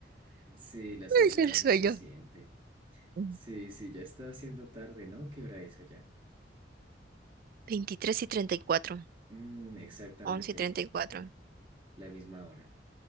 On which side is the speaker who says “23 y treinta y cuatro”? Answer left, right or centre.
Right